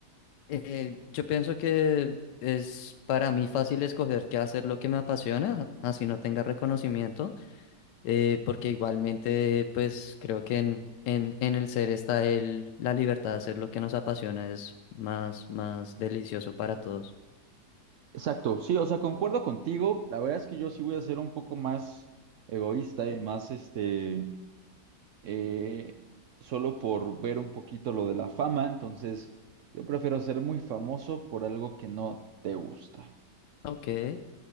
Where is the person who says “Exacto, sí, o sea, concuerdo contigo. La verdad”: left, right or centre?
Right